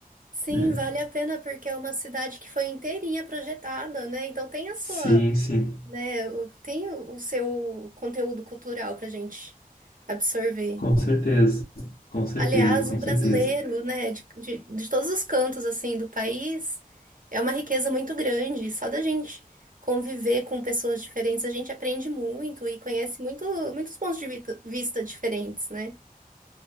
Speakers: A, on the right; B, on the left.
A: Sim,
B: né?
A: vale a pena porque é uma cidade que foi inteirinha projetada, né? Então tem a
B: Sim,
A: sua
B: sim.
A: né? Tem o seu conteúdo cultural pra gente absorver.
B: Com certeza, com certeza,
A: Aliás,
B: com
A: o brasileiro,
B: certeza.
A: né, de, de, de todos os cantos, assim, do país, é uma riqueza muito grande. Só da gente conviver com pessoas diferentes, a gente aprende muito e conhece muito, muitos pontos de vita- vista diferentes, né?